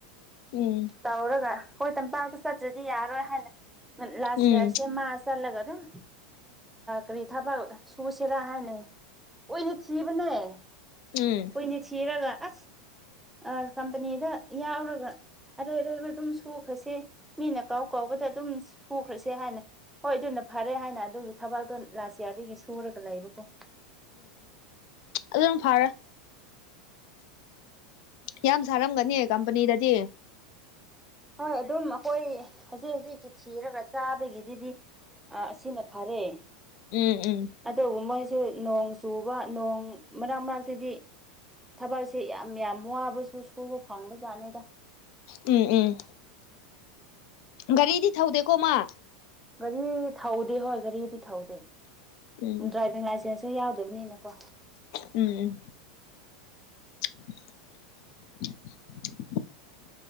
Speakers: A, on the left; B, in the centre.
A: ꯎꯝ
B: ꯇꯧꯔꯒ ꯍꯣꯏ ꯇꯝꯄꯥꯛꯇ ꯆꯠꯇ꯭ꯔꯗꯤ ꯌꯥꯔꯣꯏ ꯍꯥꯏꯅ ꯂꯥꯁ
A: ꯎꯝ
B: ꯌꯔꯁꯦ ꯃꯥꯔꯁ ꯆꯠꯂꯒ ꯑꯗꯨꯝ ꯀꯔꯤ ꯊꯕꯛ ꯁꯨꯁꯤꯔꯥ ꯍꯥꯏꯅ ꯑꯣ ꯏꯅꯤ ꯆꯤꯕꯅꯥꯏ
A: ꯎꯝ
B: ꯀꯨꯏꯅ ꯊꯤꯔꯒ ꯑꯁ ꯑ ꯀꯝꯄꯅꯤꯗ ꯌꯥꯎꯒ ꯑꯔꯩ ꯑꯔꯩꯕ ꯑꯗꯨꯝ ꯁꯨꯈ꯭ꯔꯁꯦ ꯃꯤꯅ ꯀꯥꯎ ꯀꯥꯎꯕꯗ ꯑꯗꯨꯝ ꯁꯨꯈ꯭ꯔꯁꯦ ꯍꯥꯏꯅ ꯍꯣꯏ ꯑꯗꯨꯅ ꯐꯔꯦ ꯍꯥꯏꯅ ꯑꯗꯨꯒꯤ ꯊꯕꯥꯛꯇꯣ ꯂꯥꯁ ꯏꯌꯥꯔꯗꯒꯤ ꯁꯨꯔꯒ ꯂꯩꯕꯀꯣ
A: ꯑꯗꯨꯝ ꯐꯥꯔꯦ ꯌꯥꯝ ꯁꯥꯔꯝꯒꯅꯤ ꯀꯝꯄꯅꯤꯗꯗꯤ
B: ꯍꯣꯏ ꯑꯗꯨꯝ ꯑꯩꯈꯣꯏ ꯍꯧꯖꯤꯛ ꯍꯧꯖꯤꯛꯀꯤ ꯊꯤꯔꯒ ꯆꯥꯕꯒꯤꯗꯨꯗꯤ ꯑ ꯑꯁꯤꯅ ꯐꯔꯦ
A: ꯎꯝ ꯎꯝ
B: ꯑꯗꯨꯕꯨ ꯃꯣꯏꯁꯨ ꯅꯣꯡ ꯆꯨ ꯅꯣꯡ ꯃꯅꯥꯛ ꯃꯅꯥꯛꯇꯗꯤ ꯊꯕꯛꯁꯦ ꯌꯥꯝ ꯌꯥꯝ ꯋꯥꯕꯁꯨ ꯁꯨꯕ ꯐꯪꯕ ꯖꯥꯠꯅꯤꯗ
A: ꯎꯝ ꯎꯝ ꯒꯥꯔꯤꯗꯤ ꯊꯧꯗꯦꯀꯣ ꯃꯥ
B: ꯒꯥꯔꯤ ꯊꯧꯗꯦ ꯍꯣꯏ ꯒꯥꯔꯤꯗꯤ ꯊꯧꯗꯦ
A: ꯎꯝ
B: ꯗ꯭ꯔꯥꯏꯚꯤꯡ ꯂꯥꯏꯁꯦꯟꯁꯁꯨ ꯌꯥꯎꯗꯕꯅꯤꯅꯦꯀꯣ
A: ꯎꯝ <inaudible>